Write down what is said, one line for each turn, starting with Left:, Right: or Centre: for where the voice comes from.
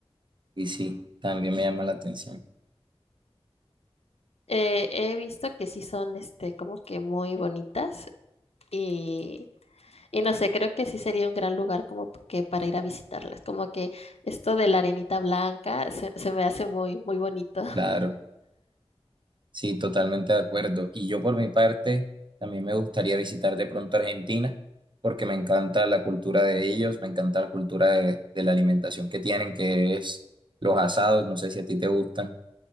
Right: Y sí, también me llama la atención.
Left: Eh, he visto que sí son, este, como que muy bonitas y, y no sé, creo que sí sería un gran lugar como que para ir a visitarlas. Como que esto de la arenita blanca se, se me hace muy, muy bonito. <laughs>
Right: Claro. Sí, totalmente de acuerdo. Y yo por mi parte, también me gustaría visitar de pronto Argentina, porque me encanta la cultura de ellos, me encanta la cultura de, de la alimentación que tienen, que es los asados, no sé si a ti te gustan,